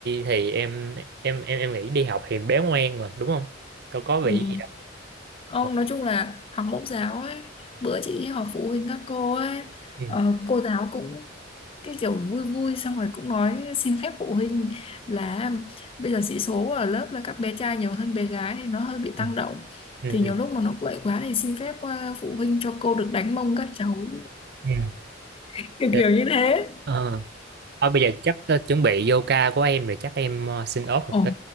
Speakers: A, on the right (about 55°); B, on the left (about 30°).
A: thì em em em em nghĩ đi học thì bé ngoan mà đúng không đâu có bị
B: ừ.
A: gì đâu
B: ông
A: học
B: nói chung là học mẫu giáo ấy bữa chị đi họp phụ huynh các cô ấy
A: ừ.
B: ờ, cô giáo cũng cái kiểu vui vui xong rồi cũng nói xin phép phụ huynh là bây giờ sĩ số ở lớp là các bé trai nhiều hơn bé gái thì nó hơi bị tăng
A: Ừ.
B: động
A: Ừ.
B: thì nhiều lúc mà nó quậy quá thì xin phép ờ, phụ huynh cho cô được đánh mông các cháu
A: Ừ.
B: <laughs> kiểu
A: Ừ.
B: kiểu như thế
A: Ờ. Thôi bây giờ chắc ờ, chuẩn bị vô ca của em rồi chắc em ờ, xin off một
B: Ồ
A: tí.